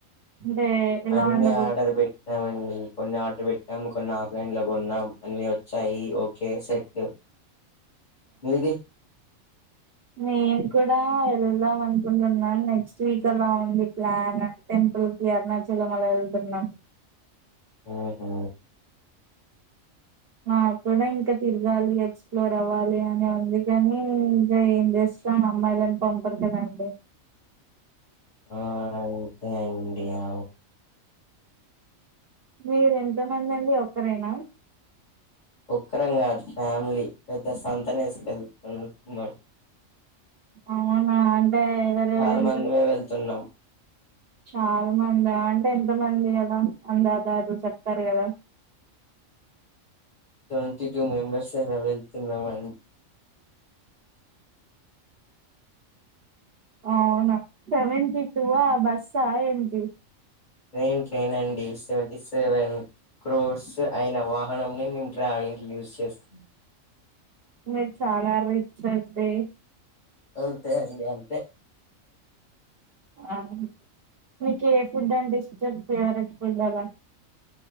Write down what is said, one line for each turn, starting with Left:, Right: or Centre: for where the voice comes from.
Right: అంటే ఎలా
Left: అన్నీ
Right: ఉండబో
Left: ఆర్డర్ పెట్టామం కొన్ని ఆర్డర్ పెట్టినం కొన్ని ఆఫ్లైన్ లో కొన్నాం అన్ని వచ్చాయి ఓకే సెట్ మీది
Right: మేం కూడా వెళ్దాం అనుకుంటున్నాం నెక్స్ట్ వీక్ అలా ఉంది ప్లాన్ టెంపుల్ కి అరుణాచలం అలా యెళ్తున్నాం
Left: హ్మ్ హు
Right: నా కూడా ఇంకా తిరగాలి ఎక్స్పలోర్ అవ్వాలి అని ఉంది కానీ ఇంక ఏం చేస్తాం అమ్మాయిలని పంపరు కదండి
Left: ఆ అంతే అండి అ
Right: మీరు ఎంతమంది అండి ఒక్కరేనా
Left: ఒక్కరం కాదు ఫ్యామిలీ పెద్ద సంతనేసుకళ్తున్నా మ
Right: అవునా అంటే వేరే
Left: చాలా
Right: వేరే వి
Left: మందిమే వెళ్తున్నాం
Right: చాలా మందా అంటే ఎంత మంది అలా అందాదాదులు చెప్తారు కదా
Left: ట్వంటీ టూ మెంబర్స్ తేనా వెళ్తున్నాము అ
Right: అవునా సెవెంటి టూవా బస్సా ఏంటి
Left: ట్రైన్ ట్రైన్ అండి సెవెంటీ సెవెన్ క్రోర్స్ అయిన వాహనంని మేము ట్రావెలింగ్కి యూజ్ చేస్
Right: మీరు చాలా రిచ్ అండి
Left: అంతే అండి అంతే
Right: ఆ మీకు ఏ ఫుడ్ అంటే ఇష్టం ఫేవరెట్ ఫుడ్లాగా